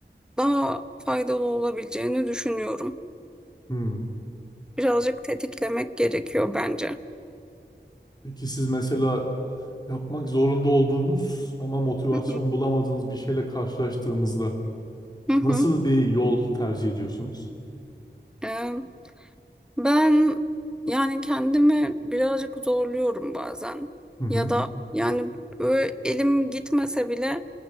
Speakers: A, in the centre; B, on the left.
A: daha faydalı olabileceğini düşünüyorum.
B: Hmm.
A: Birazcık tetiklemek gerekiyor bence.
B: Peki siz mesela yapmak zorunda olduğunuz ama motivasyon
A: Hı
B: bulamadığınız bir şeyle karşılaştığınızda
A: hı.
B: nasıl bir yol tercih ediyorsunuz?
A: Hı hı. Ben yani kendimi birazcık zorluyorum bazen.
B: Hı hı.
A: Ya da yani böyle elim gitmese bile